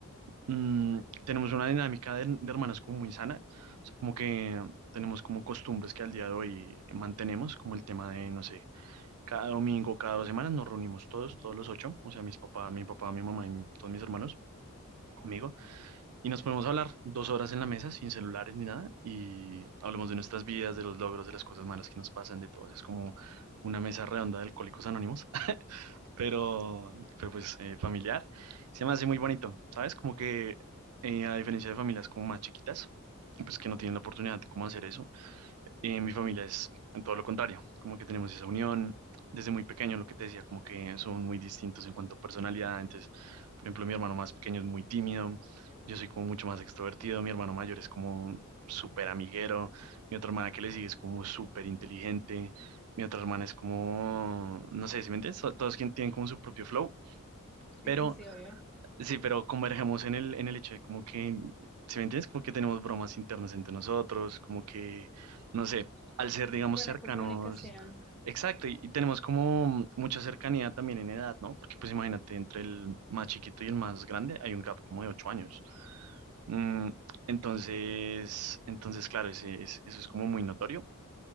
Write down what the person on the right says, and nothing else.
mm, tenemos una dinámica de, de hermanas como muy sana, o sea, como que tenemos como costumbres que al día de hoy mantenemos, como el tema de, no sé, cada domingo, cada dos semanas nos reunimos todos, todos los ocho, o sea, mis papás, mi papá, mi mamá y mi- todos mis hermanos conmigo, y nos ponemos a hablar dos horas en la mesa sin celulares ni nada, y hablamos de nuestras vidas, de los logros, de las cosas malas que nos pasan, de todo, o sea, es como una mesa redonda de Alcohólicos Anónimos, pero, pero pues eh, familiar. Se me hace muy bonito, ¿sabes? Como que eh, a diferencia de familias como más chiquitas, pues que no tienen la oportunidad de cómo hacer eso. Eh, mi familia es en todo lo contrario, como que tenemos esa unión desde muy pequeño, lo que te decía, como que son muy distintos en cuanto a personalidad. Entonces, por ejemplo, mi hermano más pequeño es muy tímido, yo soy como mucho más extrovertido, mi hermano mayor es como súper amiguero, mi otra hermana que le sigue es como súper inteligente, mi otra hermana es como, no sé si me entiendes, So- todos quien- tienen como su propio flow,
pero
Sí, pero convergemos en el, en el hecho de como que, ¿sí me entiendes? Como que tenemos bromas internas entre nosotros, como que, no sé, al ser, digamos,
cercanos.
Exacto, y, y tenemos como mucha cercanía también en edad, ¿no? Porque pues imagínate, entre el más chiquito y el más grande hay un gap como de ocho años. Mm, entonces, entonces, claro, ese- es- eso es como muy notorio,